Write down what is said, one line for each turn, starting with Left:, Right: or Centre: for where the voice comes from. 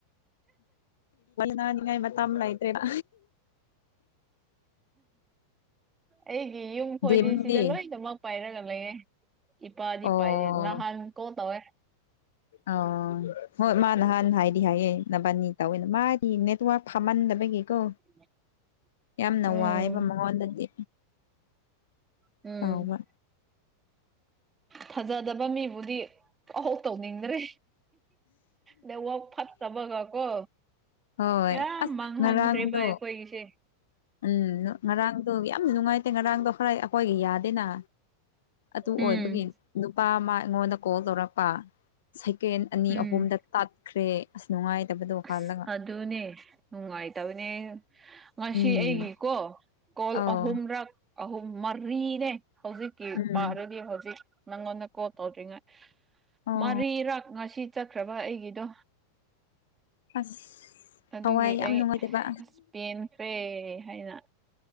Left: ꯅꯅꯤꯡ ꯉꯥꯏꯃ ꯇꯝꯂꯥꯏꯇ꯭ꯔꯦꯅ
Right: ꯑꯩꯒꯤ ꯌꯨꯝ ꯈꯣꯏꯗꯤ
Left: ꯗꯤꯝꯗꯤ
Right: ꯁꯤꯗ ꯂꯣꯏꯅꯃꯛ ꯄꯥꯏꯔꯒ ꯂꯩꯌꯦ ꯏꯄꯥ
Left: ꯑꯣ
Right: ꯏ ꯄ ꯏꯗꯤ ꯅ ꯍꯥꯟ ꯀꯣ ꯇꯕꯦ
Left: ꯑ ꯍꯣꯏ ꯃꯥ ꯅꯍꯥꯟ ꯍꯥꯏꯗꯤ ꯍꯥꯏꯑꯦ ꯅꯕꯥꯅꯤ ꯇꯧꯋꯦꯅ ꯃꯥꯗꯤ ꯅꯦꯠꯋꯥꯛ ꯐꯃꯟꯗꯕꯒꯤꯦꯀꯣ
Right: <inaudible>
Left: ꯌꯥꯝꯅ
Right: ꯎꯝ
Left: ꯋꯥꯏꯕ ꯃꯉꯣꯟꯗꯗꯤ
Right: ꯎꯝ
Left: ꯇꯧꯕ
Right: ꯊꯥꯖꯗꯥꯕ ꯃꯤꯕꯨꯗꯤ ꯑꯍꯧ ꯇꯧꯅꯤꯡꯗ꯭ꯔꯦ ꯅꯋꯥꯛ ꯐꯠꯇꯕꯒ ꯀꯣ
Left: ꯍꯣꯏ
Right: ꯀꯤꯌꯥ
Left: ꯑꯁ
Right: ꯃꯥꯡꯍꯟꯈ꯭ꯔꯦꯕꯥ
Left: ꯉꯔꯥꯡꯗꯣ
Right: ꯑꯩꯈꯣꯏꯒꯤꯁꯦ
Left: ꯎꯝ ꯉꯔꯥꯡꯗꯣ ꯌꯥꯝ ꯅꯨꯡꯉꯥꯏꯇꯦ ꯉꯔꯥꯡꯗꯣ ꯈꯔꯥ ꯑꯩꯈꯣꯏꯒꯤ ꯌꯥꯗꯦꯅ ꯑꯗꯨ
Right: ꯎꯝ
Left: ꯑꯣꯏꯕꯒꯤ ꯅꯨꯄꯥ ꯑꯃ ꯑꯩꯉꯣꯟꯗ ꯀꯣꯜ ꯇꯧꯔꯛꯄ ꯁꯦꯀꯦꯟ ꯑꯅꯤ
Right: ꯎꯝ
Left: ꯑꯍꯨꯝꯗ ꯇꯥꯠꯈ꯭ꯔꯦ ꯑꯁ ꯅꯨꯡꯉꯥꯏꯇꯕꯗꯣ
Right: ꯑꯁ
Left: ꯍꯥꯜꯂꯒ꯫
Right: ꯑꯗꯨꯅꯦ ꯅꯨꯡꯉꯥꯏꯇꯕꯅꯦ ꯉꯁꯤ
Left: ꯎꯝ
Right: ꯑꯩꯒꯤꯀꯣ꯫ ꯀꯣꯜ
Left: ꯑꯧ
Right: ꯑꯍꯨꯝꯔꯛ ꯑꯍꯨꯝ ꯃꯔꯤꯅꯦ ꯍꯧꯖꯤꯛ
Left: ꯎꯝ
Right: ꯄꯥꯔꯗꯤ ꯍꯧꯖꯤꯛ ꯅꯪꯉꯣꯟꯗ ꯀꯣꯜ ꯇꯧꯗ꯭ꯔꯤꯉꯩ
Left: ꯑꯣ
Right: ꯃꯔꯤꯔꯥꯛ ꯉꯁꯤ ꯆꯠꯈ꯭ꯔꯕ ꯑꯩꯒꯤꯗꯣ꯫
Left: ꯑꯁ
Right: ꯑꯗꯨꯒꯤ
Left: ꯊꯋꯥꯏ ꯌꯥꯝ
Right: ꯑꯩ
Left: ꯅꯨꯡꯉꯥꯏꯇꯕ
Right: ꯑꯁ ꯄꯦꯟꯈ꯭ꯔꯦ ꯍꯥꯏꯅ